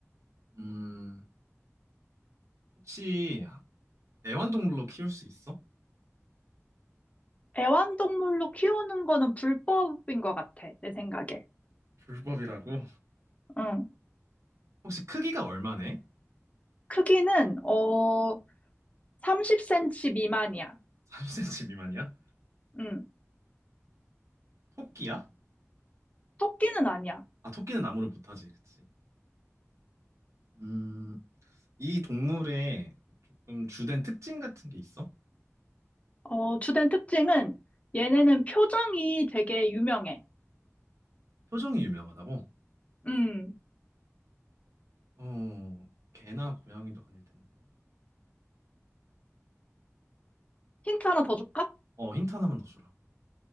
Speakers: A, on the right; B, on the left.
A: 음, 혹시 애완동물로 키울 수 있어?
B: 애완동물로 키우는 거는 불법인 것 같아. 내 생각에.
A: 불법이라고?
B: 응.
A: 혹시 크기가 얼마네?
B: 크기는 어 30cm 미만이야.
A: 30cm 미만이야?
B: 응.
A: 토끼야?
B: 토끼는 아니야.
A: 아, 토끼는 나무를 못 타지, 그치? 음, 이 동물의 조금 주된 특징 같은 게 있어?
B: 어, 주된 특징은 얘네는 표정이 되게 유명해.
A: 표정이 유명하다고?
B: 음,
A: 어, 개나 고양이도 아닐 텐데.
B: 힌트 하나 더 줄까?
A: 어, 힌트 하나만 더 주라.